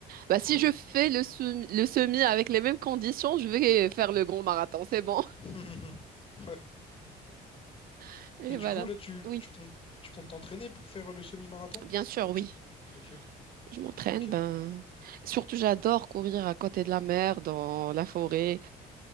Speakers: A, on the right; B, on the left.
A: Bah si
B: Ouais.
A: je fais le semi... le semi avec les mêmes conditions, je vais faire le grand marathon, c'est bon.
B: <laughs> Ouais.
A: <laughs> Et
B: Et du
A: voilà.
B: coup, là, tu,
A: Oui,
B: tu comptes, tu comptes t'entraîner pour faire le semi-marathon?
A: bien sûr,
B: Ou
A: oui.
B: tu comptes... Ok,
A: Je m'entraîne,
B: ok.
A: ben surtout j'adore courir à côté de la mer, dans la forêt.